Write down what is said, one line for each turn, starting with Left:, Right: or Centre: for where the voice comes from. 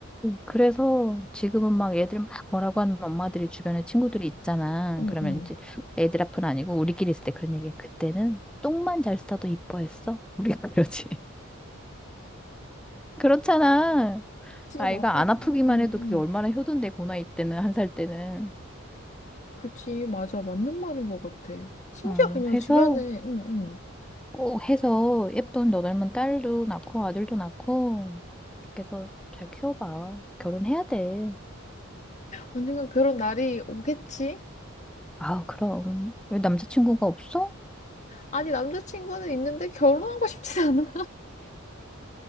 Centre: 그래서 지금은 막 애들 막 뭐라고 하는 엄마들이 주변에 친구들이 있잖아.
Left: 응응.
Centre: 그러면 이제 애들 앞은 아니고 우리끼리 있을 때 그런 얘기해. 그때는 똥만 잘 싸도 이뻐했어. 우리가 그러지. <laughs> 그렇잖아.
Left: 그치,
Centre: 아이가
Left: 맞아.
Centre: 안 아프기만
Left: 응응.
Centre: 해도 그게 얼마나 효도인데, 고나 이때는, 한 살 때는.
Left: 그치, 맞아. 맞는 말인 것 같아. 심지어
Centre: 음,
Left: 그냥
Centre: 해서,
Left: 주변에 응응
Centre: 꼭 해서 예쁜 너 닮은 딸도 낳고 아들도 낳고, 그렇게 해서 잘 키워봐. 결혼해야 돼.
Left: 언젠가 그런 날이 오겠지?
Centre: 아, 그럼. 왜 남자친구가 없어?
Left: 아니, 남자친구는 있는데 결혼하고 싶지 않아.